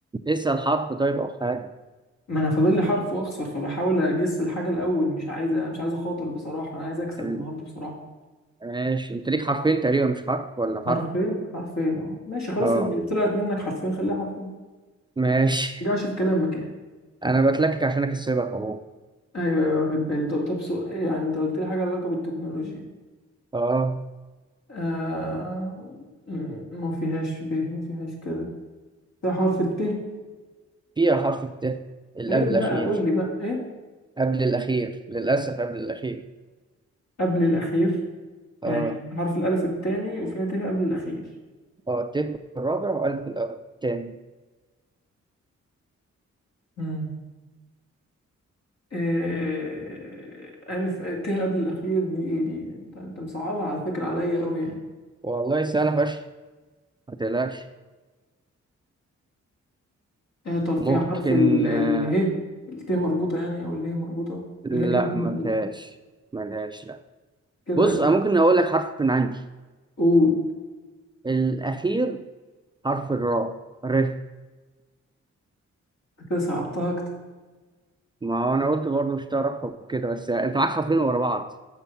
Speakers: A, on the right (about 15°); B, on the left (about 65°).
A: اسال حرف طيب او حاجه
B: ما انا فاضل لي حرف واخسر فبحاول اجس الحاجة الاول مش عايزة مش عايز اخاطر بصراحة انا عايز اكسب
A: ال-
B: النهاردة بصراحة
A: ماشي انت ليك حرفين تقريبا مش حرف ولا
B: حرفين
A: حرف
B: حرفين اه ماشي خلاص
A: اه
B: اللي طلعت منك حرفين خليها حرفين
A: ماشي
B: رجعش في كلامك يعني
A: انا بتلكك عشان اكسبك اهو
B: ايوه ايوه واخد بالي طب طب سو... يعني انت قلت لي حاجة علاقة بالتكنولوجيا
A: اه
B: آه... م- ما فيهاش ب ما فيهاش كده ده حرف الت
A: فيها حرف الت اللي
B: فين
A: قبل الأخير
B: بقى قول لي بقى ايه
A: قبل الأخير للأسف قبل الأخير
B: قبل الاخير يعني
A: آه
B: حرف الألف الثاني وفيها ت قبل الأخير
A: آه الت في الرابع وألف في الأول تاني
B: مم. آه، ألف آه، ت قبل الأخير دي إيه دي؟ أنت أنت مصعبها على فكرة عليا أوي يعني
A: والله سهلة فشخ ما تقلقش
B: آه، طب فيها
A: ممكن
B: حرف ال ال
A: آه
B: ه الت مربوطة يعني أو اله مربوطة
A: لا
B: اله إيه مربوطة
A: ما فيهاش ما لهاش لا
B: كده
A: بص
B: كده
A: أنا ممكن أقول لك حرف من عندي
B: قول
A: الأخير حرف الراء ر
B: أنت كده صعبتها أكتر
A: ما هو أنا قلت برضه مش تعرف كده بس يعني أنت معاك حرفين ورا بعض